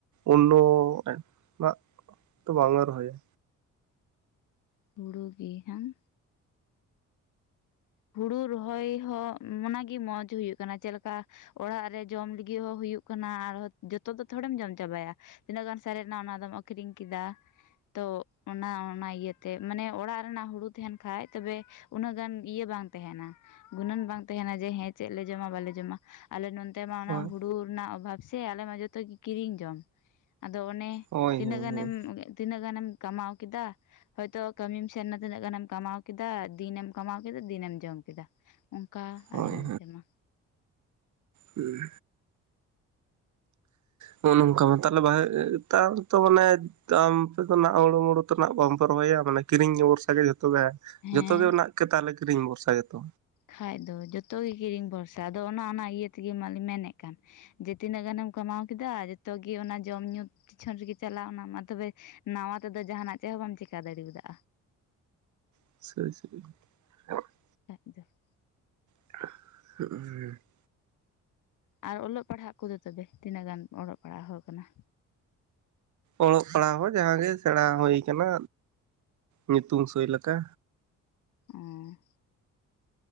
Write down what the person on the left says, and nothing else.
ᱦᱩᱲᱩ ᱜᱮ ᱦᱟᱝ ᱦᱩᱲᱩ ᱨᱚᱦᱚᱭ ᱦᱚᱸ ᱚᱱᱟᱜᱮ ᱢᱚᱸᱡᱽ ᱦᱩᱭᱩᱜ ᱠᱟᱱᱟ ᱪᱮᱫᱞᱮᱠᱟ ᱚᱲᱟᱜ ᱨᱮ ᱡᱚᱢ ᱞᱟᱹᱜᱤᱫ ᱦᱚᱸ ᱦᱩᱭᱩᱜ ᱠᱟᱱᱟ ᱟᱨᱦᱚᱸ ᱡᱚᱛᱚ ᱫᱚ ᱛᱷᱚᱲᱮᱢ ᱡᱚᱢ ᱪᱟᱵᱟᱭᱟ ᱛᱤᱱᱟᱹᱜ ᱜᱟᱱ ᱥᱟᱨᱮᱡᱱᱟ ᱚᱱᱟᱫᱚᱢ ᱟᱠᱷᱨᱤᱧ ᱠᱮᱫᱟ ᱛᱚ ᱚᱱᱟ ᱚᱱᱟ ᱤᱭᱟᱹᱛᱮ ᱢᱟᱱᱮ ᱚᱲᱟᱜ ᱨᱮᱱᱟᱜ ᱦᱩᱲᱩ ᱛᱟᱦᱮᱱ ᱠᱷᱟᱡ ᱛᱚᱵᱮ ᱩᱱᱟᱹᱜ ᱜᱟᱱ ᱤᱭᱟᱹ ᱵᱟᱝ ᱛᱟᱦᱮᱱᱟ ᱜᱩᱱᱟᱹᱱ ᱵᱟᱝ ᱛᱟᱦᱮᱱᱟ ᱡᱮ ᱦᱮᱸ ᱪᱮᱫ ᱞᱮ ᱡᱚᱢᱟ ᱵᱟᱞᱮ ᱡᱚᱢᱟ ᱟᱞᱮ ᱱᱚᱱᱛᱮ ᱢᱟ ᱚᱱᱟ
ᱦᱩᱲᱩ ᱨᱮᱱᱟᱜ ᱚᱵᱷᱟᱵ ᱥᱮ ᱟᱞᱮ ᱢᱟ ᱡᱚᱛᱚ ᱜᱮ ᱠᱤᱨᱤᱧ ᱡᱚᱢ ᱟᱫᱚ ᱚᱱᱮ
ᱛᱤᱱᱟᱹᱜ
ᱜᱟᱱᱮᱢ ᱛᱤᱱᱟᱹᱜ ᱜᱟᱱᱮᱢ ᱠᱟᱢᱟᱣ ᱠᱮᱫᱟ ᱦᱚᱭᱛᱚ ᱠᱟᱹᱢᱤᱢ ᱥᱮᱱ ᱱᱟ ᱛᱤᱱᱟᱹᱜ ᱜᱟᱱᱮᱢ ᱠᱟᱢᱟᱣ ᱠᱮᱫᱟ ᱫᱤᱱᱮᱢ ᱠᱟᱢᱟᱣ ᱤᱱᱟᱹᱜ ᱫᱤᱱᱮᱢ ᱡᱚᱢ ᱠᱮᱫᱟ ᱚᱱᱠᱟ ᱟᱞᱮ
ᱱᱚᱱᱛᱮ ᱢᱟ
ᱦᱮᱸ
ᱠᱷᱟᱡ ᱫᱚ ᱡᱚᱛᱚ ᱜᱮ ᱠᱤᱨᱤᱧ ᱵᱷᱚᱨᱥᱟ ᱟᱫᱚ ᱚᱱᱟ ᱚᱱᱟ ᱤᱭᱟᱹ ᱛᱮᱜᱮ ᱢᱟᱞᱤᱧ ᱢᱮᱱᱮᱫ ᱠᱟᱱ ᱡᱮ ᱛᱤᱱᱟᱹᱜ ᱜᱟᱱᱮᱢ ᱠᱟᱢᱟᱣ ᱠᱮᱫᱟ ᱡᱚᱛᱚ ᱜᱤ ᱚᱱᱟ ᱡᱚᱢ ᱧᱩ ᱯᱤᱪᱷᱚᱱ ᱨᱮᱜᱮ ᱪᱟᱞᱟᱣᱱᱟ ᱢᱟ ᱛᱚᱵᱮ ᱱᱟᱣᱟ ᱛᱮᱫᱚ ᱡᱟᱦᱟᱱᱟᱜ ᱪᱮᱫ ᱦᱚᱸ ᱵᱟᱢ ᱪᱮᱠᱟ ᱫᱟᱲᱮᱣᱟᱫᱼᱟ
ᱟᱡ ᱫᱚ <inaudible>
ᱟᱨ ᱚᱞᱚᱜ ᱯᱟᱲᱦᱟᱜ ᱠᱚᱫᱚ ᱛᱚᱵᱮ ᱛᱤᱱᱟᱹᱜ ᱜᱟᱱ ᱚᱞᱚᱜ ᱯᱟᱲᱦᱟ ᱦᱚᱲ ᱠᱟᱱᱟ
ᱚᱸ